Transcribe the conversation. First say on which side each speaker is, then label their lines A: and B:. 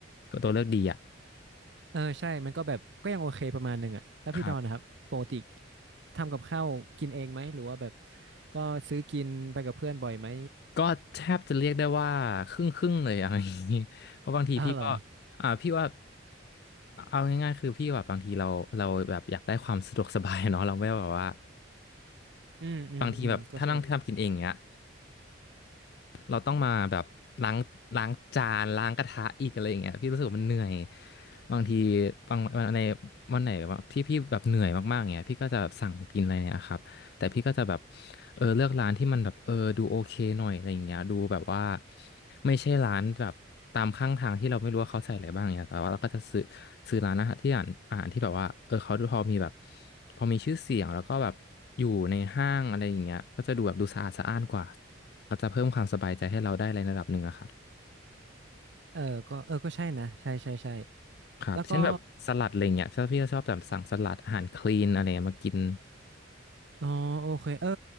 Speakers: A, on the left (about 55°); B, on the right (about 65°).
A: ตัวเลือกดีอะ
B: เออใช่มันก็แบบก็ยังโอเคประมาณหนึ่งอ่ะแล้วพี่ดอนนะครับปกติ
A: ครับ
B: ทำกับข้าวกินเองไหมหรือว่าแบบก็ซื้อกินไปกับเพื่อนบ่อยไหม
A: ก็แทบจะเรียกได้ว่าครึ่งครึ่งเลยอะ <laughs> ไรอย่างนี้ <laughs> เพราะบางทีพี่ก็
B: อ้าวเหรอ
A: อ่าพี่ว่าเอาง่ายๆคือพี่แบบบางทีเราเราแบบอยากได้ความสะดวกสบายเนาะเราไม่แบบว่า
B: อืมอืมอืมก็ใช่
A: บางทีแบบถ้านั่งทำกินเองเงี้ยเราต้องมาแบบล้างล้างจานล้างกระทะอีกอะไรอย่างเงี้ยพี่รู้สึกว่ามันเหนื่อย บางทีบางวันในวันไหนแบบที่พี่แบบเหนื่อยมากๆเงี้ยพี่ก็จะแบบสั่งกินอะไรเนี่ยครับ แต่พี่ก็จะแบบเออเลือกร้านที่มันแบบเออดูโอเคหน่อยอะไรอย่างเงี้ยดูแบบว่าไม่ใช่ร้านแบบตามข้างทางที่เราไม่รู้ว่าเขาใส่อะไรบ้างเนี่ยแต่ว่าเราก็จะซื้อซื้อร้านอาหารที่อ่านอาหารที่แบบว่าเออเขาพอมีแบบพอมีชื่อเสียงแล้วก็แบบอยู่ในห้างอะไรอย่างเงี้ยก็จะดูแบบดูสะอาดสะอ้านกว่าก็จะเพิ่มความสบายใจให้เราได้ในระดับหนึ่งอะครับ
B: เออก็เออก็ใช่นะใช่ใช่ใช่
A: ครับเช่นแบบสลัดอะไรเงี้ยถ้าพี่ก็ชอบแบบสั่งสลัดอาหารคลีนอะไรเงี้ยมากิน
B: แล้วก็อ๋อโอเคเออ